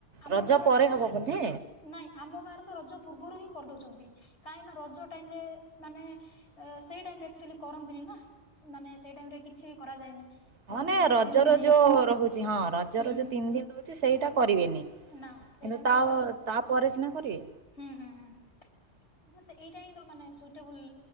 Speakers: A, on the left; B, on the right.
A: ଆମ
B: ରଜ
A: ଗାଁରେ
B: ପରେ
A: ତ
B: ହବ ବୋଧେ
A: ନାଇଁ ଆମ ଗାଁରେ ତ ରଜ ପୂର୍ବରୁ ହିଁ କରିଦଉଛନ୍ତି କାହିଁକି ନା ରଜ ଟାଇମରେ ମାନେ ସେଇ ଟାଇମରେ ଅକ୍ଚୁଆଲି କରନ୍ତିନି ନା ମାନେ ସେଇ ଟାଇମରେ କିଛି ବି କରାଯାଏନି।
B: ନ
A: ମାନେ
B: ହନେ
A: ସେ
B: ରଜର
A: ତିନି ଦିନ
B: ଯୋଉ ରହୁଛି ହଁ ରଜର
A: ହୁଁ
B: ଯୋଉ ତିନି ଦିନ ରହୁଛି ସେଇଟା କରିବେନି କିନ୍ତୁ
A: ନା ସେଇ ଟାଇମ
B: ତା
A: ରେ ମାନେ
B: ତାପରେ ସିନା କରିବେ।
A: ହୁଁ ହୁଁ ହୁଁ ଯେ ସେ ଏଇଟା ହିଁ ତ ମାନେ ସୁ ସୁଇଟେବୁଲ